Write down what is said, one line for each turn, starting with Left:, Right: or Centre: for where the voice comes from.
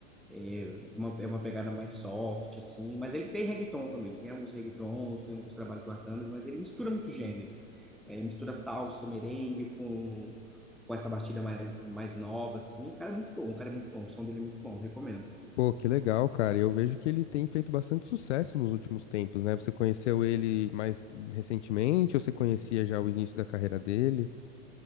Centre: É uma, é uma pegada mais soft, assim. Mas ele tem reggaeton também. Tem alguns reggaetons, tem alguns trabalhos bacanas, mas ele mistura muito gêneros. É, mistura salsa, merengue com, com essa batida mais, mais nova, assim. O cara é muito bom, o cara é muito bom. O som dele é muito bom, recomendo.
Left: Pô, que legal, cara. E Eu vejo que ele tem feito bastante sucesso nos últimos tempos, né? Você conheceu ele mais recentemente ou você conhecia já o início da carreira dele?